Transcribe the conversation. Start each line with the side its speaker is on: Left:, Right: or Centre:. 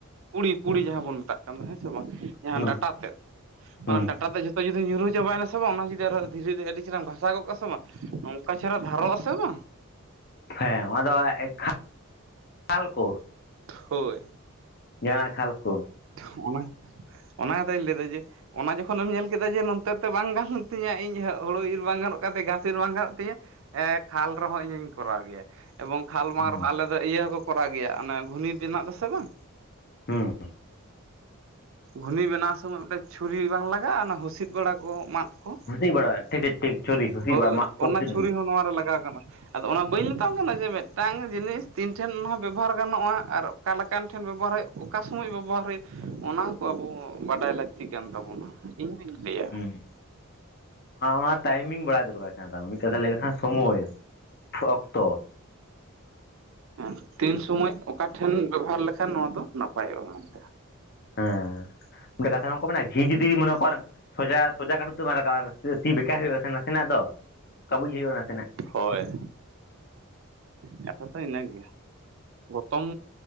Right: ᱠᱩᱲᱤ ᱯᱩᱲᱤ ᱡᱟᱦᱟᱸ ᱵᱚᱱ ᱢᱮᱛᱟᱜ ᱠᱟᱱ ᱫᱚ ᱦᱮᱸ ᱥᱮ ᱵᱟᱝ ᱡᱟᱦᱟᱸ
Left: ᱦᱩᱸ
Right: ᱰᱟᱴᱟ ᱛᱮᱫ᱾
Left: ᱦᱩᱸ
Right: ᱚᱱᱟ ᱰᱟᱴᱟ ᱛᱮ ᱡᱷᱚᱛᱚ ᱡᱩᱫᱤ ᱧᱩᱨᱩ ᱪᱟᱵᱟᱭᱱᱟ ᱥᱮ ᱵᱟᱝ ᱚᱱᱟ ᱡᱩᱤ ᱟᱨ ᱫᱷᱤᱨᱤ ᱟᱹᱰᱤ ᱪᱮᱷᱨᱟᱢ ᱜᱷᱟᱥᱟᱣ ᱜᱚᱜᱞᱫ ᱠᱟᱜ-ᱟ ᱥᱮ ᱵᱟᱝ ᱱᱚᱝᱠᱟ ᱪᱮᱦᱨᱟ ᱫᱷᱟᱨᱚᱜ-ᱟᱥᱮ ᱵᱟᱝ
Left: ᱦᱮᱸ ᱚᱱᱟ ᱫᱚ ᱮᱠᱷᱟᱞ ᱮᱠᱷᱟᱞ ᱠᱚ
Right: ᱦᱳᱭ
Left: ᱡᱟᱸᱦᱟᱱᱟᱜ ᱠᱷᱟᱞ ᱠᱚ
Right: ᱦᱚᱸᱜ-ᱚᱱᱟ, ᱚᱱᱟ ᱠᱟᱛᱷᱟᱧ ᱞᱟᱹᱭᱫᱟ ᱡᱮ ᱚᱱᱟ ᱡᱚᱠᱷᱚᱱᱮᱢ ᱧᱮᱞ ᱠᱮᱫᱟ ᱡᱮ ᱱᱚᱛᱮ ᱛᱮ ᱵᱟᱝ ᱜᱟᱱᱚᱜ ᱛᱤᱧᱟᱹ ᱤᱧ ᱦᱩᱲᱩ ᱤᱨ ᱵᱟᱝ ᱜᱟᱱᱚᱜ ᱜᱷᱟᱥ ᱤᱨ ᱵᱟᱝ ᱜᱟᱱᱚᱜ ᱛᱤᱧᱟᱹ ᱦᱮᱸ ᱠᱷᱟᱞ ᱨᱮᱦᱚᱸ ᱤᱧᱤᱧ ᱠᱚᱨᱟᱣ ᱜᱮᱭᱟ ᱮᱵᱚᱝ ᱠᱷᱟᱞ ᱵᱟᱝ
Left: ᱦᱩᱸ
Right: ᱨᱮᱦᱚᱸ ᱟᱞᱮ ᱫᱚ ᱤᱭᱟᱹ ᱦᱚᱸᱠᱚ ᱠᱚᱨᱟᱣ ᱜᱮᱭᱟ ᱚᱱᱮ ᱜᱷᱩᱱᱤ ᱵᱮᱱᱟᱜ ᱫᱚᱥᱮ ᱵᱟᱝ
Left: ᱦᱩᱸ
Right: ᱜᱷᱩᱱᱤ ᱵᱮᱱᱟᱣ ᱥᱚᱢᱚᱭ ᱢᱤᱫᱴᱮᱱ ᱪᱷᱩᱨᱤ ᱵᱟᱝ ᱞᱟᱜᱟᱜᱼᱟ ᱚᱱᱟ ᱦᱩᱸᱤᱫ ᱵᱮᱲᱟ ᱠᱚ ᱢᱟᱫ ᱦᱮᱸ,
Left: ᱦᱩᱸᱥᱤᱫ ᱵᱟᱲᱟ ᱴᱷᱤᱠ ᱴᱷᱤᱠ ᱴᱷᱤᱠ ᱪᱷᱩᱨᱤ ᱦᱩᱸᱥᱤᱫ
Right: ᱦᱳᱭ
Left: ᱵᱟᱲᱟ ᱢᱟᱜ ᱠᱚ
Right: ᱚᱱᱱᱟ
Left: ᱦᱩᱸᱥᱤᱫ ᱞᱟᱹᱜᱤᱫ
Right: ᱪᱷᱩᱨᱤ ᱦᱚᱸ ᱱᱚᱣᱟ ᱨᱮ ᱞᱟᱜᱟᱣ ᱠᱟᱱᱟ ᱟᱫᱚ ᱚᱱᱟ ᱵᱟᱹᱧ ᱢᱮᱛᱟᱢ ᱠᱟᱱᱟ ᱡᱮ ᱢᱤᱫᱴᱟᱝ ᱡᱤᱱᱤᱥ ᱛᱤᱱ ᱴᱷᱮᱱ ᱵᱮᱵᱷᱟᱨ ᱵᱮᱵᱚᱦᱟᱨ ᱜᱟᱱᱚᱜᱼᱟ ᱟᱨ ᱚᱠᱟ ᱞᱮᱠᱟᱱ ᱴᱷᱮᱱ ᱵᱮᱵᱚᱦᱟᱨ ᱦᱩᱭᱩᱜᱼᱟ ᱚᱠᱟ ᱥᱚᱢᱚᱭ ᱵᱮᱵᱚᱦᱟᱨ ᱦᱩᱭᱩᱜᱼᱟ ᱚᱱᱟ ᱠᱚ ᱟᱵᱚ ᱵᱟᱰᱟᱭ ᱞᱟᱹᱠᱛᱤ ᱞᱟᱹᱠᱛᱤ ᱠᱟᱱ ᱛᱟᱵᱚᱱᱟ ᱤᱧᱫᱩᱧ ᱞᱟᱹᱭᱟ
Left: ᱦᱩᱸ ᱚᱱᱟ ᱴᱟᱭᱤᱢᱤᱝ ᱵᱟᱲᱟᱭ ᱫᱚᱨᱠᱟᱨ ᱠᱟᱱ ᱡᱟᱢᱟ ᱢᱤᱫ ᱠᱟᱛᱷᱟ ᱞᱟᱹᱭ ᱞᱮᱠᱷᱟᱱ ᱥᱚᱢᱚᱭ, ᱚᱠᱛᱚ
Right: ᱦᱮᱸ ᱛᱤᱱ ᱥᱚᱢᱚᱭ ᱚᱠᱟ ᱴᱷᱮᱱ ᱵᱮᱵᱚᱦᱟᱨ ᱞᱮᱠᱷᱟᱱ ᱱᱚᱣᱟ ᱫᱚ ᱱᱟᱯᱟᱭᱚᱜᱼᱟ, ᱢᱮᱱᱛᱮ
Left: ᱦᱮᱸ ᱢᱤᱫᱴᱮᱡ ᱠᱟᱛᱷᱟ ᱵᱟᱝᱠᱚ ᱢᱮ ᱜᱷᱤ ᱡᱩᱫᱤ ᱢᱚᱱᱮ ᱠᱚᱨ ᱥᱚᱡᱟ, ᱥᱚᱡᱟ ᱠᱴᱩᱵ ᱛᱮ ᱵᱟᱝ ᱨᱟᱠᱟᱵ-ᱟ ᱛᱤ ᱵᱮᱠᱟ ᱦᱩᱭᱩᱜᱼᱟ ᱥᱮ ᱱᱟᱥᱮᱱᱟᱜ ᱫᱚ, ᱠᱟᱵᱩᱡᱽ ᱦᱩᱭᱩᱜᱼᱟ ᱱᱟᱥᱮᱱᱟᱜ
Right: ᱦᱳᱭ ᱠᱟᱛᱷᱟ ᱫᱚ ᱤᱱᱟᱹ ᱜᱮᱭᱟ ᱜᱚᱛᱚᱢ